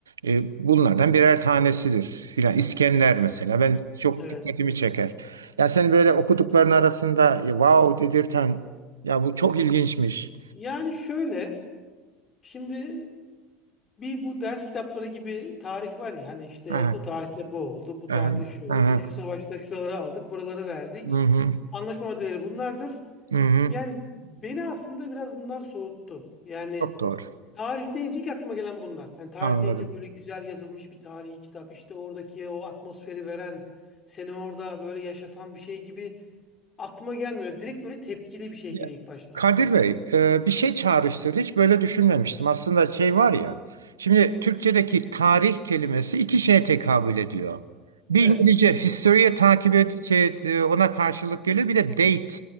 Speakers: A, on the right; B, on the left.
A: e, bunlardan birer tanesidir. Filan İskender mesela ben çok
B: Evet.
A: dikkatimi çeker. Ya sen böyle okudukların arasında ya, wow dedirten ya bu çok ilginçmiş.
B: Yani şöyle şimdi bir bu ders kitapları gibi tarih var ya hani işte
A: Aha,
B: bu tarihte bu oldu, bu tarihte
A: aha,
B: şu oldu,
A: aha.
B: şu savaşta şuraları aldık, buraları verdik.
A: Hı hı,
B: Anlaşma maddeleri bunlardır.
A: hı hı.
B: Yani beni aslında biraz bunlar soğuttu. Yani
A: Çok doğru.
B: tarih deyince ilk aklıma gelen bunlar. Yani tarih
A: Anladım.
B: deyince böyle güzel yazılmış bir tarihi kitap, işte oradaki o atmosferi veren, seni orada böyle yaşatan bir şey gibi aklıma gelmiyor. Direkt böyle tepkili bir şey
A: Ya,
B: geliyor ilk başta
A: Kadir
B: aklıma.
A: Bey, e, bir şey çağrıştırdı. Hiç böyle düşünmemiştim. Aslında şey var ya. Şimdi Türkçedeki tarih kelimesi iki şeye tekabül ediyor. Bir
B: Evet.
A: İngilizce history'e takip ed şey, e, ona karşılık geliyor. Bir de date.